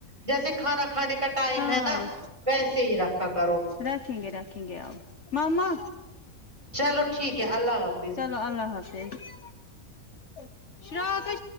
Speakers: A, on the right (about 20°); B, on the left (about 55°).
A: جیسے کھانا کھانے کا ٹائم
B: ہاں
A: ہے نا ویسے ہی رکھا کرو
B: رکھیں گے رکھیں گے آپ مما
A: چلو ٹھیک ہے اللہ حافظ
B: چلو اللہ حافظ <unintelligible> شرااک